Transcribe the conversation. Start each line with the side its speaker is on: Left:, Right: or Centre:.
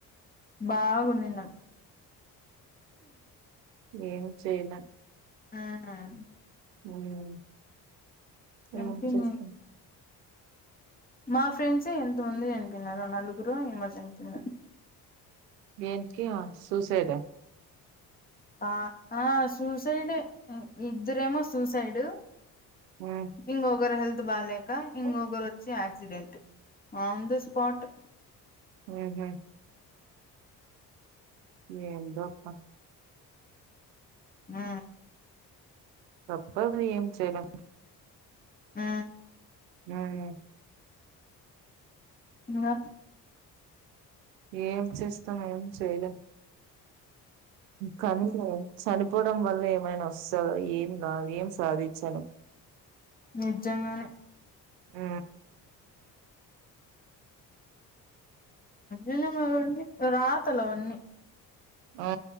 Left: బాగుండిందన్
Right: ఏం చేయలేమ్
Left: ఉమ్
Right: ఉమ్ మేమొచ్చేస్తాం
Left: చనిపోయింది మా ఫ్రెండ్సే ఎంత ముంది చనిపోయినారు నలుగురో ఏమో చనిపోయినారు.
Right: దేనికి ఆ సూసైడ
Left: ఆ ఆ సూసైడే ఇద్దరేమో సూసైడు
Right: హ్మ్
Left: ఇంగొగరు హెల్త్ బాలేక, ఇంగొగరోచ్చి
Right: ఉహూ
Left: యాక్సిడెంట్ ట్ ఆన్ ద స్పాట్
Right: ఉమ్ హ్ ఏందో అబ్బ
Left: ఆ
Right: తప్పదు ఏం చేయలేం
Left: ఆ
Right: ఉమ్
Left: ఇంగా
Right: ఏం చేస్తమ్, ఏం చేయలేం కనీ చనిపోవడం వల్ల ఏమైనొస్తదా? ఏం రాదు ఏం సాధించలేం
Left: నిజంగానే
Right: ఆ
Left: ఎ మ రాతలవన్నీ
Right: ఆ